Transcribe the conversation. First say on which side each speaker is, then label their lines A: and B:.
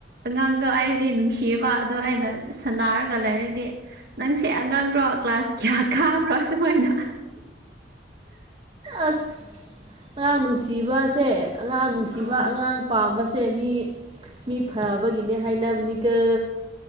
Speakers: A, on the right; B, on the right.
A: ꯑꯉꯥꯡꯗꯣ ꯑꯩꯗꯤ ꯅꯨꯡꯁꯤꯕ ꯑꯗꯣ ꯑꯩꯅ ꯁꯅꯥꯔꯒ ꯂꯩꯔꯗꯤ ꯅꯪꯁꯦ ꯑꯉꯥꯡꯔꯣ ꯀ ꯀ꯭ꯂꯥꯁꯀꯤꯌꯥ ꯈꯕ ꯔꯗ ꯑꯣꯏꯣꯏꯅ
B: ꯑꯁ ꯑꯉꯥꯡ ꯅꯨꯡꯁꯤꯕꯁꯦ ꯑꯉꯥꯡ ꯅꯨꯡꯁꯤꯕ
A: ꯑꯥ
B: ꯑꯉꯥꯡ ꯄꯥꯝꯕꯁꯦ ꯁꯦ ꯃꯤ ꯃꯤ ꯐꯕꯒꯤꯅꯦ ꯍꯥꯏꯅꯕꯅꯤꯒ